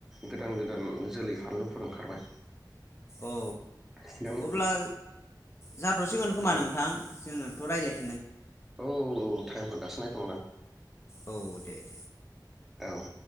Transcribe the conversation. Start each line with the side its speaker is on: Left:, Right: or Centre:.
Centre: गोदान गोदान जोलै फानलुफोर ओंखारबाय।
Left: औ
Centre: सिगांनि
Left: अब्ला जाथ'सिगोन खोमा
Centre: औ
Left: नोंथां जोङोथ' रायलाय
Centre: औ टाइमखौ दासो नायफ्लांदां
Left: औ दे दे
Centre: औ